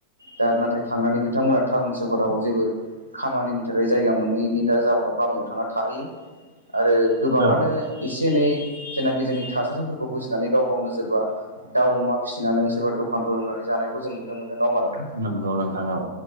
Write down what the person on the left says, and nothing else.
दा नाथाय थांनानै बिथांमोना टाउन सहराव जेबो खामानिनि थाखाय जायगा मोनैनि दा जाउनाव गामियाव थांना थाहैयो आरो गोबाङानो
एसे एनै जेनाखि जोंनि थासारिफोरखौ बुजिनानै गाव गावनो सोरबा दाउ अमा फिसिनानै सोरबा दखानफोर होनानै जानायखौ जों नुनो मोनो। नङा होनबा नोंथां?